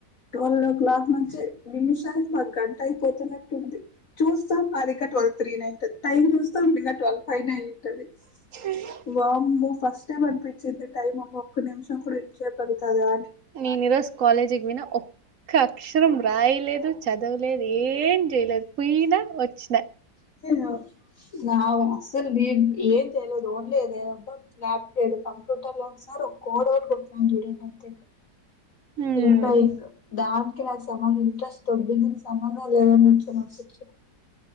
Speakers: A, on the left; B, on the right.
A: ట్వెల్వ్ ఓ క్లాక్ నుంచి నిమిషానికి మాకు గంట అయిపోతున్నట్టుంది చూస్తాం అది ఇగా ట్వెవ్ తీ నై ఉంటుది టైం చూస్తా ఉం ఇగా ట్వల్వ్ ఫైవ్ నే అయితది
B: ఉ
A: వమ్మో ఫస్ట్ టైమ్ అనిపించింది టైమ్ ఒక్క నిమిషం కూడా ఎంజ చేయగలుతుదా అని
B: నేను ఈరోజు కాలేజికి వినా ఓ ఒక్క అక్షరం రాయలేదు చదవలేదు ఏం చేయలేదు పోయినా వచ్చినా
A: అంతేనా నావ్ అస్సలు బి ఏం చెయలేదు ఓడ్లేదే లాబ్ లేదు కంప్యూటర్ లో ఒకసారి ఒక కోడ్ అట్ కొట్ చూడండి అంత
B: హ్మ్
A: ఇయిపా ఇం దానికి నాకు సగం ఇంట్రెస్ట్ దొబ్బింది సంబంధం లేదనిసిచ్చ <unintelligible>